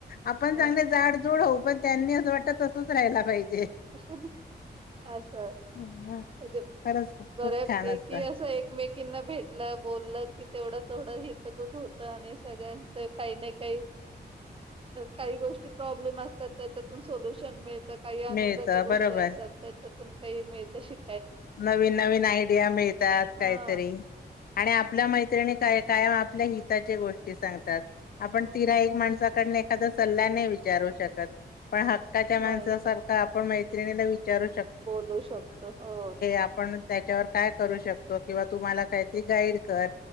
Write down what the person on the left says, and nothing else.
आपण
चांगले जाड जोड होऊ पण त्यांनी असं वाटतं तसच राहिला पाहिजे
हा,
खरंच खूप
खूप छान
असत
मिळत
बरोबर
नवीन नवीन आयडिया मिळतात,
काहीतरी आणि आपल्या मैत्रिणी काय कायम आपल्या हिताच्या गोष्टी सांगतात. आपण
तिर्‍हाईत माणसाकडले आता सल्ला नाही विचारू शकत. पण हक्काच्या माणसासारखा
पण मैत्रिणीला विचारू
आपणच त्याच्यावर काय करू शकतो, किंवा तू मला काहीतरी गाईड कर.